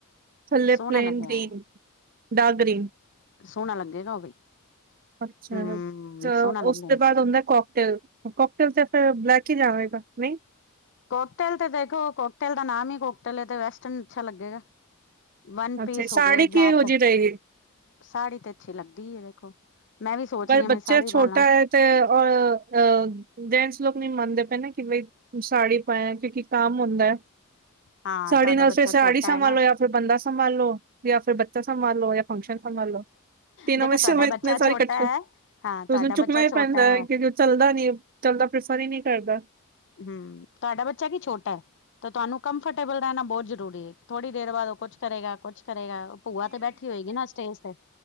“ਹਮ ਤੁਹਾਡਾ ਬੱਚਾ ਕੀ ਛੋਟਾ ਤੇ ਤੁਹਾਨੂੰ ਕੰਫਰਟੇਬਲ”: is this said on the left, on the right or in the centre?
Left